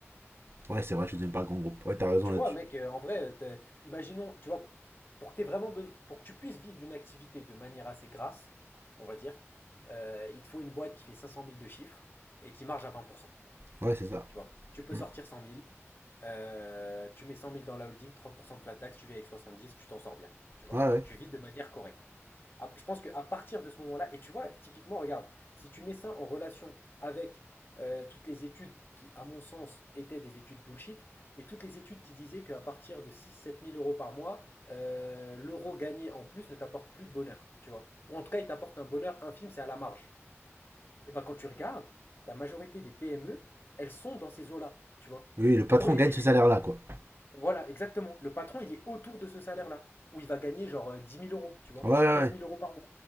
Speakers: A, on the right; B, on the left.
A: Ouais, c'est vrai, je suis devenu pas un grand groupe. Ouais, t'as raison
B: Tu
A: là-dessus.
B: vois, mec, euh, en vrai, euh, t'es- imaginons, tu vois, pour que t'aies vraiment beso- pour que tu puisses vivre d'une activité de manière assez grasse, on va dire, euh, il te faut une boîte qui fait 500 000 de chiffres et qui marge à 20%.
A: Ouais, c'est ça.
B: Tu vois, tu peux
A: Mm.
B: sortir 100 000, Euh, tu mets cent mille dans la holding, 30% de flat tax, tu vis avec 70, tu t'en sors bien, tu vois.
A: Ouais, ouais.
B: Tu vis de manière correcte. À- Je pense qu'à partir de ce moment-là, et tu vois, typiquement, regarde, si tu mets ça en relation avec euh, toutes les études qui, à mon sens, étaient des études bullshit, mais toutes les études qui disaient qu'à partir de six, sept mille euros par mois, euh, l'euro gagné en plus ne t'apporte plus de bonheur, tu vois. Ou en tout cas, il t'apporte un bonheur infime, c'est à la marge. Et ben quand tu regardes, la majorité des PME, elles sont dans ces eaux-là, tu vois,
A: Oui, le patron
B: pour les
A: gagne
B: dirigeants.
A: ce salaire-là, quoi.
B: Voilà, exactement. Le patron, il est autour de ce salaire-là, où il va gagner genre euh, 10 000 euros, tu vois,
A: Ouais, ouais,
B: ou
A: ouais.
B: 15 000 euros par mois.